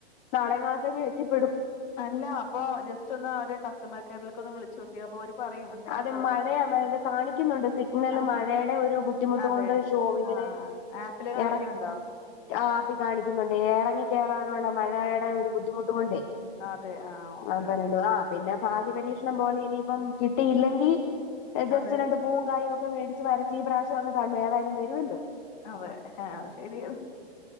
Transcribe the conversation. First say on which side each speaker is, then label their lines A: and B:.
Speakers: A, on the left; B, on the left.
A: നാളെ നാളത്തകഴിഞ്ഞോ എത്തിപ്പെടും
B: അല്ല അപ്പൊ ജസ്റ്റ് ഒന്ന് അവരെ കസ്റ്റമർ കെയറിലേക്ക് ഒന്ന് വിളിച്ചു നോക്ക ക്ക്യ അപ്പൊ ഒരു പറയും എന്തെങ്കിലും
A: അതെ
B: ത
A: മഴയത് കാണിക്കുന്നുണ്ട് സിഗ്നല്
B: ആഹ്
A: മഴയുടെ ഒരു ബു ബുദ്ധിമുട്ടൊണ്ട്
B: അതെ
A: ശോ ഇങ്ങനെ
B: ആഹ് ആപ്പില് കാണിക്കുന്നുണ്ടോ
A: എറ ആഹ് ആപ്പി കാണിക്കുന്നുണ്ട് ഇറങ്ങി കയറാനുള്ള മഴയുടെ ഒരു ബുദ്ധിമുട്ടും കൊണ്ടെ
B: അതെ ആഹ് ഓക്കെ
A: <unintelligible> ആഹ്
B: ഓക്കെ
A: പിന്നെ ഭാഗ്യപരീക്ഷ
B: ആഹ്
A: ക്ഷണം പോലെ ഇനിപ്പം കിട്ടിയില്ലെങ്കിൽ ജസ്റ്റ്
B: അതെ
A: രണ്ട് പൂവും കയൊക്കെ ഒക്കെ വേടിച്ച് വരച്ച്ഈ പ്രാവശം അങ് ഏതായാലും തരുമല്ലോ
B: അതെ ആഹ് ശരിയത്